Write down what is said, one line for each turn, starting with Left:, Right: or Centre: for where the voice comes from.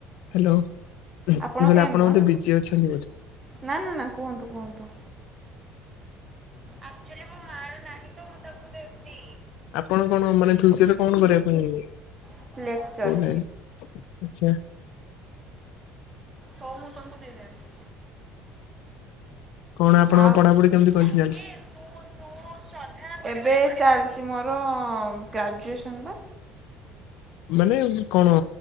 Left: ହ୍ୟାଲୋ ମୁଁ
Right: ଆପଣଙ୍କ
Left: କହିଲି ଆପଣ
Right: ଏମ୍ କଣ?
Left: ବୋଧେ ବିଜି ଅଛନ୍ତି ବୋଧେ।
Right: ନା ନା ନା କୁହନ୍ତୁ କୁହନ୍ତୁ। ଆକ୍ଚୁଆଲି ମୁଁ ମାର ନାହିଁ ତ ମୁଁ ତାକୁ ଦେବି।
Left: ଆପଣ କଣ ମାନେ ଫ୍ୟୁଚରରେ କଣ କରିବା ପାଇଁ
Right: ତାକୁ ଲେକ୍ଚର୍।
Left: କହୁନାହାନ୍ତି? ଆଛା।
Right: କହୁନ କଣ ପାଇଁ କେଜାଣି।
Left: କଣ ଆପଣଙ୍କ
Right: ଆଉ
Left: ପାଢାପଢି କେମିତି କଣ ଚାଲିଛି?
Right: ଯେ ତୁ ତୁ ଏବେ ଚାଲିଛି ମୋର ଗ୍ରାଜୁଏସନ ପା।
Left: ମାନେ କଣ